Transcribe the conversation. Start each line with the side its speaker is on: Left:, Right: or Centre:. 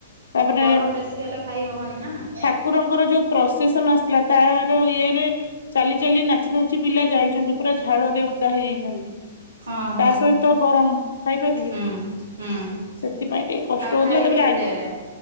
Left: ତାପରେ
Right: ଗରମ ବେଶୀ ହେଲେ ଖାଇ ହବନି। ନା ହଁ
Left: ଠାକୁରଙ୍କର ଯୋଉ ପ୍ରଶେସନ ଆସିଥିଲା ତାର ଇଏରେ ଚାଲି ଚାଲି ନାଚି ନାଚି ପିଲା ଯାଇଛନ୍ତି। ପୁରା ଝାଳ ରେ ଓଦା ହେଇଯାଇଛନ୍ତି।
Right: ହଁ
Left: ତା ସହିତ ଗରମ ଖାଇପାରିବି
Right: ହୁଁ ହୁଁ।
Left: ସେଥିପାଇଁ ଟିକେ କଷ୍ଟ
Right: ଆଉ
Left: ହଉଥିଲା।
Right: ଖାଇବେ
Left: ତାପରେ
Right: କେତେ ହେଲେ?